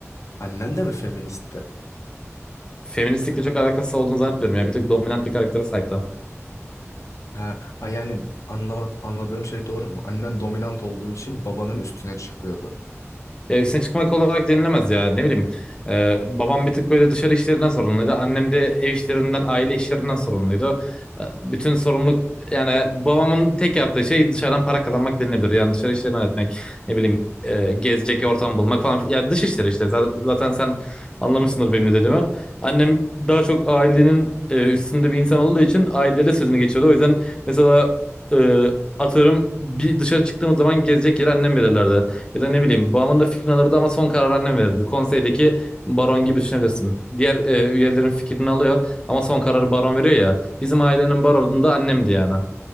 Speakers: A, on the left; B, on the left.
A: Annen de mi feministti?
B: Feministlikle çok alakası olduğunu zannetmiyorum ya. Bir tık dominant bir karaktere sahipti.
A: Ha, a- yani anlama, anladığım şey doğru mu? Annen dominant olduğu için babanın üstüne çıkıyordu.
B: Ya üstüne çıkmak olarak denilemez ya ne bileyim. Ee, babam bir tık böyle dışarı işlerinden sorumluydu. Annem de ev işlerinden, aile işlerinden sorumluydu. Ee, bütün sorumluluk yani babamın tek yaptığı şey dışarıdan para kazanmak denilebilir. Yani dışarı işlerini halletmek, ne bileyim e, gezecek ortam bulmak falan. Ya dış işleri işte zaten, zaten sen anlamışsındır benim ne dediğimi. Annem daha çok ailenin e, üstünde bir insan olduğu için ailede sözünü geçiyordu. O yüzden mesela e, atıyorum bir dışarı çıktığımız zaman gezecek yeri annem belirlerdi. Ya da ne bileyim babamın da fikrini alırdı ama son karar annem verirdi. Konseydeki baron gibi düşünebilirsin. Diğer e, üyelerin fikrini alıyor ama son kararı baron veriyor ya. Bizim ailenin baronu da annemdi yani.